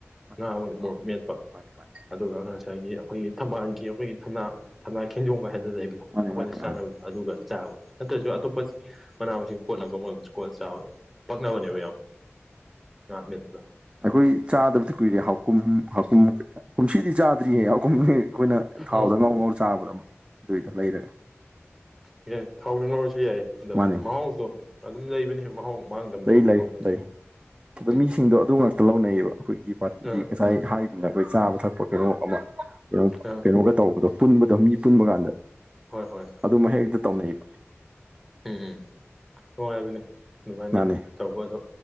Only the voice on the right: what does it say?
ꯃꯥꯅꯦ
ꯃꯥꯅꯦ
ꯑꯥ
ꯃꯥꯅꯦ ꯃꯥꯅꯦ
ꯃꯥꯅꯦ
ꯃꯥꯅꯦ
ꯑꯥ
ꯑꯩꯈꯣꯏ ꯆꯥꯗꯕꯗꯤ ꯀꯨꯏꯔꯦ ꯍꯥꯎꯀꯨꯝ ꯍꯥꯎꯀꯨꯝ ꯀꯨꯝꯁꯤꯗꯤ ꯆꯥꯗ꯭ꯔꯤꯌꯦ ꯍꯥꯎꯀꯨꯝ ꯑꯩꯈꯣꯏꯅ ꯊꯥꯎꯗ
ꯉꯥꯎ ꯉꯥꯎ ꯆꯥꯕꯗ ꯑꯃ ꯑꯗꯨꯏꯗ ꯂꯩꯔꯒꯦ
ꯃꯥꯅꯤ
ꯂꯩ ꯂꯩ
ꯂꯩ ꯑꯗꯣ
ꯃꯤꯁꯤꯡꯗꯣ ꯑꯗꯨ ꯂꯧꯅꯩꯌꯦꯕ ꯑꯩꯈꯣꯏꯒꯤ ꯄꯥꯇꯤꯒꯤ
ꯉꯁꯥꯏ ꯍꯥꯏꯈꯤꯕꯅ ꯑꯩꯈꯣꯏ ꯆꯥꯕ ꯊꯛꯄ ꯀꯩꯅꯣ ꯑꯃ ꯀꯩꯅꯣ
ꯀꯩꯅꯣꯒ ꯇꯧꯕꯗꯣ ꯄꯨꯟꯕꯗꯣ ꯃꯤ ꯄꯨꯟꯕ ꯀꯥꯟꯗ꯫
ꯑꯗꯨꯝ ꯍꯦꯛꯇ ꯇꯧꯅꯩꯌꯦꯕ꯫
ꯃꯥꯅꯤ